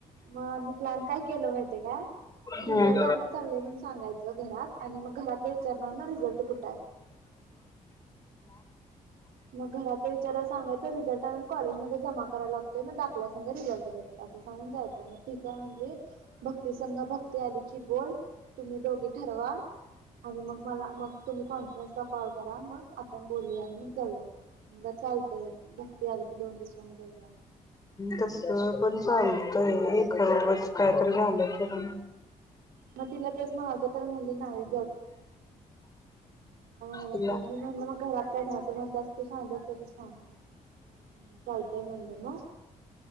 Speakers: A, on the right (about 85°); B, on the left (about 25°).
A: मग आम् प्लॅन काय केलं माहिितय का
B: हम्म
A: रिझल्ट आणय चाललंय म्हण सांगायचं घरात आणि मग घरातले विचारणार ना रिझल्ट कुठ आहे मग घरातल्या विचारला सांगायच रिझल्ट आणून कॉलेजमध्ये जमा करा लागत मग दाकल्या सं रिझल्ट देतात असं सांगून जायचं मग ठीकय म्हणली भक्ती संघा भक्ती आली की बोल तुम्ही दोघी ठरवा आणि मग मला मग तुम्ही कॉन्फरनसला कॉल करा मग आपण बोल. जाऊया चालते भक्ती आली की दोन दिवसांनी जाऊया.
B: तस पण चाल खरोबच काय तर झालं तर
A: म इला तेस मगालत तरार म्हण ना नाही. <unintelligible>
B: तिला
A: मग